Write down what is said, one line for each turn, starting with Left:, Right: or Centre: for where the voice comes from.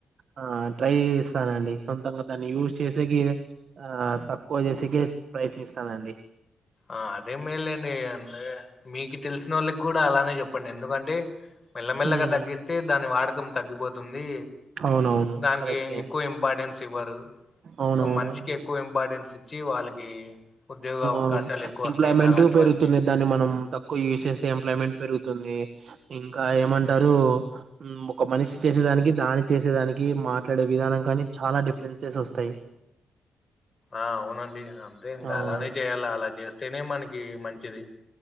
Right: ఆ ట్రై చేస్తానండి సొంతంగా దాన్ని యూజ్ చేసే కి ఆ తక్కువ చేసక ప్రయత్నిస్తనండి
Left: ఆ అదే మేలేండి అ మీకు తెలిసిన వాళ్ళకి కూడా అలానే చెప్పండి ఎందుకంటే మెల్లమెల్లగా
Right: ఉమ్,
Left: తగ్గిస్తే దాని వాడకం తగ్గిపోతుంది
Right: అవునవును
Left: ధన్కీ
Right: కరెక్టే
Left: ఎక్కువ ఇంపార్టెన్స్ ఇవ్వారు
Right: అవునవును
Left: స మనషకి ఎక్కువ ఇంపార్టెన్స్ ఇ వచ్చి వాళ్ళకి ఉద్యోగ అవకాశాలు
Right: ఉమ్
Left: ఎక్కువ
Right: ఎంప్లాయ్మెంట్
Left: వస్తాయి నా అలాంటి
Right: పెరుగుతుంది
Left: వాళ్ళకి
Right: దాన్ని మనం తక్కువ యూజ్ చేస్తే ఎంప్లాయ్మెంట్ పెరుగుతుంది ఇంకా ఏమంటరు ఉమ్ ఒక మనిషి చేసేదానికి దాని చేసేదానికి మాట్లాడే విధానం కానీ చాలా డిఫరెన్సెస్ వస్తాయి
Left: ఆ అవునండి అంతే ఇంకా
Right: అవును.
Left: అలానే చేయాలా అలా చేస్తేనే మనకి మంచిది